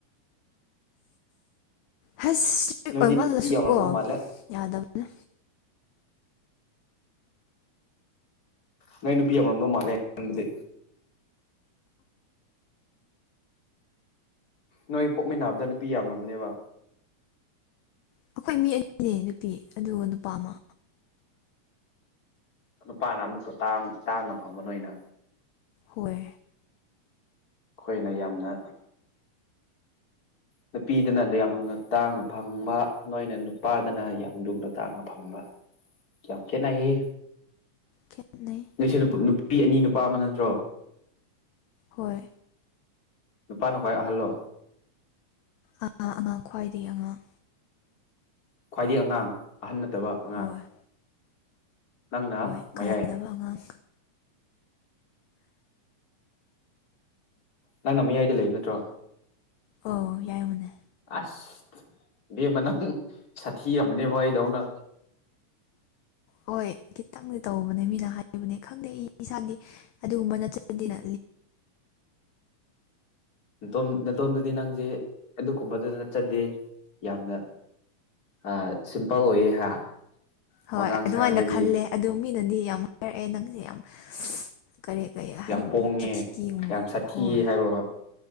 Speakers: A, on the left; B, on the left.
A: ꯍꯁ ꯏꯁꯇ꯭ꯔꯤꯛ
B: ꯅꯣꯏꯗꯤ
A: ꯑꯣꯏꯃꯗꯁꯨ
B: ꯅꯨꯄꯤ ꯌꯥꯝꯔꯝꯗꯧ
A: ꯀꯣ
B: ꯃꯥꯜꯂꯦ
A: ꯌꯥꯗꯕꯅꯦ
B: ꯅ ꯅꯨꯄꯤ ꯌꯥꯝꯅꯝ ꯅꯣ ꯃꯥꯂꯦ ꯅꯗꯤ ꯅꯣꯏ ꯄꯣꯛꯃꯤꯟꯅꯕꯗ ꯅꯨꯄꯤ ꯌꯥꯝꯝꯅꯦꯕ
A: ꯑꯩꯈꯣꯏ ꯃꯤ ꯑꯅꯤꯅꯦ ꯅꯨꯄꯤ ꯑꯗꯨꯒ ꯅꯨꯄꯥ ꯑꯃ
B: ꯅꯨꯄꯥꯅ ꯑꯃꯨꯛꯀ ꯇꯥꯡ ꯇꯥꯡꯅ ꯐꯪꯕ ꯅꯣꯏꯅ
A: ꯍꯣꯏ
B: ꯈꯣꯏꯅ ꯌꯥꯝꯅ ꯅꯨꯄꯤꯗꯅ ꯌꯥꯝ ꯂꯨꯅ ꯇꯥꯡꯅ ꯐꯪꯕ ꯅꯣꯏꯅ ꯄꯥꯗꯅ ꯌꯥꯝ ꯂꯨꯅ ꯇꯥꯡꯅ ꯐꯪꯕ ꯌꯥꯝ ꯈꯦꯠꯅꯩꯍꯦ
A: ꯈꯦꯠꯅꯩ
B: ꯅꯣꯏꯁꯦ ꯅꯨꯄꯤ ꯑꯅꯤ ꯅꯨꯄꯥ ꯑꯃ ꯅꯠꯇ꯭ꯔꯣ
A: ꯍꯣꯏ
B: ꯅꯨꯄꯥꯅ ꯈ꯭ꯋꯥꯏ ꯑꯍꯜꯂꯣ
A: ꯑ ꯑꯉꯥꯡ ꯈ꯭ꯋꯥꯏꯗꯒꯤ ꯑꯉꯥꯡ
B: ꯈ꯭ꯋꯥꯏꯗꯒꯤ ꯑꯉꯥꯡ ꯑꯍꯟ ꯅꯠꯇꯕ ꯑꯉꯥꯡ
A: ꯍꯣꯏ
B: ꯅꯪꯅ
A: ꯍꯣꯏ
B: ꯃꯌꯥꯏ
A: ꯀꯥꯏꯅꯗꯕ ꯑꯉꯥꯡ
B: ꯅꯪꯅ ꯃꯌꯥꯏꯗ ꯂꯩꯕ ꯅꯠꯇ꯭ꯔꯣ
A: ꯑꯣ ꯌꯥꯏꯃꯅꯦ
B: ꯑꯁ ꯕꯦꯃꯅꯪ ꯁꯥꯊꯤ ꯑꯃꯅꯦꯕ ꯑꯩꯗꯧꯅ
A: ꯍꯣꯏ ꯈꯤꯇꯪꯗꯤ ꯇꯧꯕꯅꯦ ꯃꯤꯅ ꯍꯥꯏꯕꯅꯦ ꯈꯪꯗꯦ ꯏꯁ ꯏꯁꯥꯗꯤ ꯑꯗꯨꯒꯨꯝꯕ ꯅꯠꯇ꯭ꯔꯗꯤ ꯅ
B: ꯣꯝ ꯅꯇꯣꯝꯗꯗꯤ ꯅꯪꯁꯦ ꯑꯗꯨꯒꯨꯝꯕꯗꯨ ꯅꯠꯆꯗꯦ ꯌꯥꯝꯅ ꯑ ꯁꯤꯝꯄꯜꯒ ꯑꯣꯏ ꯍꯥ
A: ꯍꯣꯏ
B: ꯋꯥꯉꯥꯡ
A: ꯑꯗꯨꯃꯥꯏꯅ
B: ꯁꯉꯥꯡꯗꯗꯤ
A: ꯈꯜꯂꯦ ꯑꯗꯨ ꯃꯤꯅꯗꯤ ꯌꯥꯝ ꯍꯥꯏꯔꯛꯑꯦ ꯅꯪꯁꯦ ꯌꯥꯝ ꯀꯔꯤ ꯀꯔꯤ
B: ꯌꯥꯝ
A: ꯑꯗꯨꯝ
B: ꯄꯣꯡꯉꯦ
A: ꯆꯠꯊꯒꯨꯝꯕ
B: ꯌꯥꯝ ꯁꯥꯊꯤꯌꯦ
A: ꯍꯣꯏ
B: ꯍꯥꯏꯕꯕ